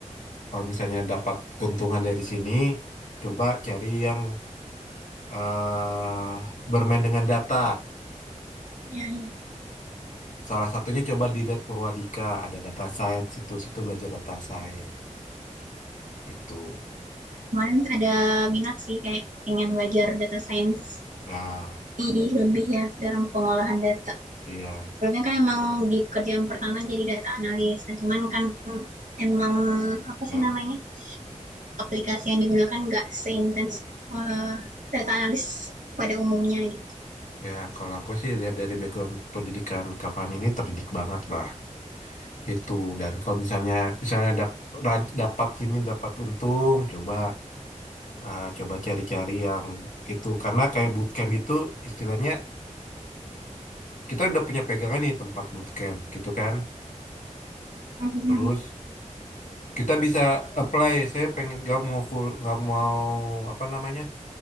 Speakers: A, on the left; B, on the right.
A: kalau misalnya dapat keuntungan dari sini, coba cari yang eh bermain dengan data.
B: Ya, ya.
A: Salah satunya coba dilihat Purwadika, ada data science situ, situ belajar data science itu.
B: Kemarin ada minat sih kayak pengen belajar data science
A: Nah,
B: lebih, lebih ya dalam pengolahan data.
A: iya.
B: Soalnya kan emang di pekerjaan pertama jadi data analis. Nah, cuman kan emang apa
A: Nah,
B: sih namanya? Aplikasi yang digunakan nggak seintens eh, data analis pada umumnya gitu.
A: ya kalau aku sih lihat dari background pendidikan Kak Fani ini terdidik banget lah. itu dan kalau misalnya misalnya dap- ra- dapat gini dapat untung coba ah, coba cari-cari yang itu karena kayak bootcamp itu istilahnya kita udah punya pegangan nih tempat bootcamp gitu kan
B: Mhm.
A: terus kita bisa apply saya pengen nggak mau full nggak mau apa namanya